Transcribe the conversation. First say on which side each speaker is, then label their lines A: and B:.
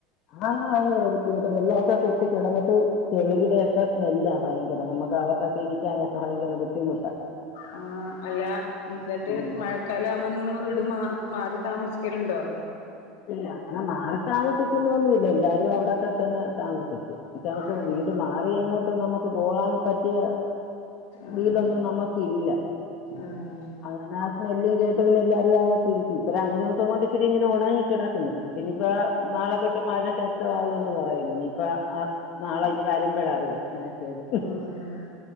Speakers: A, on the left; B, on the left.
A: ആ <unintelligible> വെല്ലൊക്കെക്കിട്ട്. ട്ട് കെടന്നിട്ട് ചെളിയേടെക്കെ സ്മെല്ലാ ഭയങ്കരം. നമ്മെക്ക് അകത്തക്കെയിരിക്കാനെക്കെ ഭയങ്കര ബുദ്ധിമുട്ടാ.
B: ആ അല്ല എന്നിട്ട്
A: ഉം.
B: മഴക്കാലയാവുമ്പോ നിങ്ങള് വീട് മാ മാറി താമസിക്കെലുണ്ടോ?
A: ഇല്ല. അങ്ങനെ മാറി താമസിക്കുന്നെന്നുല്ല. എല്ലാരും അവിടെക്കെത്തന്നെ താമസിക്കും. പക്ഷെ നമ്മെക്ക്
B: ആഹ്
A: വീട് മാറിയെങ്ങോട്ടെന്നും നമ്മെക്ക് പോകാൻ പറ്റിയ
B: ആഹ്
A: വീടൊന്നും നമ്മെക്കില്ല.
B: ആഹ്
A: അങ്ങനെ ആ സ്മെല്ലും കേട്ടതിന്റൊ ത്തിരിക്കും. ഇപ്പ രണ്ടുമൂന്നു ദിസോം കൊണ്ടിച്ചിരിയിങ്ങനെ ഒണങ്ങിക്കെടക്കുന്നു. അതിനിപ്പോ നാളെത്തൊട്ട് മഴ ശക് തിയാകുന്ന് പറയുന്നു. ഇനിയിപ്പ ആ നാളെയിനി വരുമ്പോഴറിയാം മെനക്കേട്. ഉം
B: ആഹ്